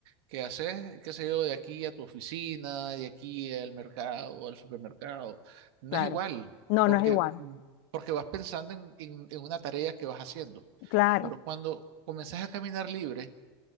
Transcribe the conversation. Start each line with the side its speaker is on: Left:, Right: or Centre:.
Right: que haces, qué sé yo, de aquí a tu oficina, de aquí al mercado, al supermercado. No
Left: Claro.
Right: es igual,
Left: No,
Right: porque,
Left: no es igual.
Right: mm, porque vas pensando en, en- en una tarea que vas haciendo.
Left: Claro.
Right: Pero cuando comenzás a caminar libre,